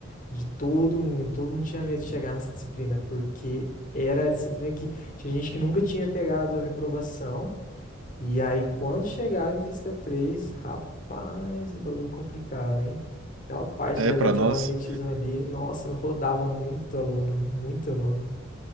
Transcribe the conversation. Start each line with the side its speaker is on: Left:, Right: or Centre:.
Left: De todo mundo. Todo mundo tinha medo de chegar nessa disciplina, porque era a disciplina que tinha gente que nunca tinha pegado a reprovação. E aí, quando chegava em Física três rapaz, o bagulho complicava, hein? Aquela parte
Right: É,
Left: de eletromagnetismo
Right: pra nós,
Left: ali, nossa, rodava muito aluno, muito aluno.